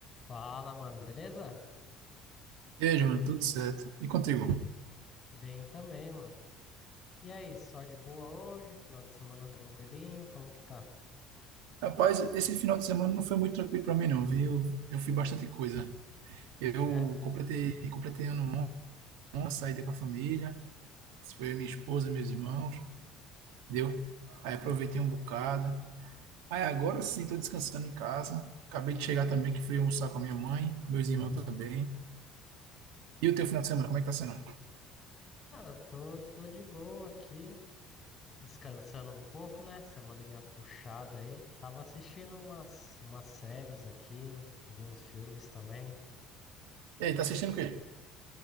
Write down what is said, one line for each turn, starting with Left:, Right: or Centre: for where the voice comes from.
Left: Fala, mano, beleza?
Right: E aí, Júnior, tudo certo? E contigo?
Left: Bem também, mano. E aí, só de boa hoje? Final de semana tranquilinho? Como que tá?
Right: Rapaz, esse final de semana não foi muito tranquilo para mim, não, viu? Eu, eu fiz bastante coisa. Eu
Left: É?
Right: completei, completei ano bom, uma saída com a família. Isso foi eu, minha esposa, meus irmãos, entendeu? Aí aproveitei um bocado. Aí agora sim, tô descansando em casa. Acabei de chegar também, que fui almoçar com a minha mãe, meus irmãos
Left: Aham.
Right: também. E o teu final de semana, como é que tá sendo?
Left: Cara, tô, tô de boa aqui, descansando um pouco, né? Semaninha puxada aí. Tava assistindo umas, umas séries aqui, vi uns filmes também.
Right: E aí, tá assistindo o quê?